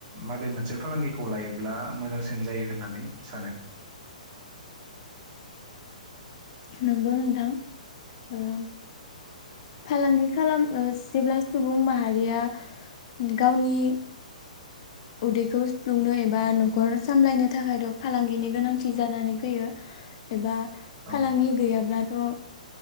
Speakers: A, on the right; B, on the left.
A: माबे मोनसे फालांगिखौ लायोब्ला मोजांसिन जायो होननानै सानो?
B: नंगौ नोंथां ओ । फालांगि खालाम ओ जेब्ला सुबुं माहारिया गावनि उदैखौ सुफ्लुंनो एबा नखर सामलायनो थाखायथ' फालांगिनि गोनांथि जानानै फैयो एबा
A: औ
B: फालांगि गैयाब्लाथ' ओ